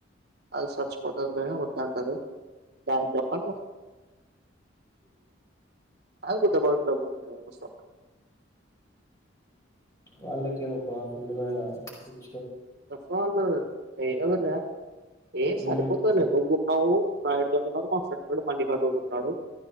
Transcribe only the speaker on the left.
వాళ్ళకేమో పాప ఉందిగావచ్చు
మ్మ్